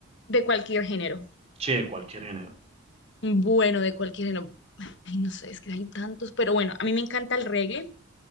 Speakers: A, on the left (about 55°); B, on the right (about 30°).
A: de cualquier género.
B: Sí, de cualquier género.
A: Bueno, de cualquier género. Ay, no sé, es que hay tantos, pero bueno, a mí me encanta el reggae.